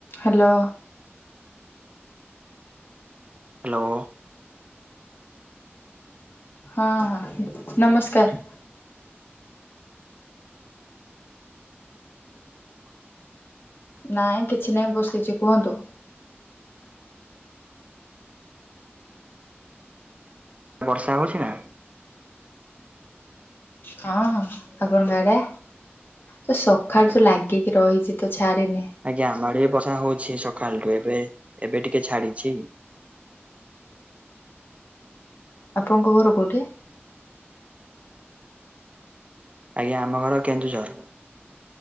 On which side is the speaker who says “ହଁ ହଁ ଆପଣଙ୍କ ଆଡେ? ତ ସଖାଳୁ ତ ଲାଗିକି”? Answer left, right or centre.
Left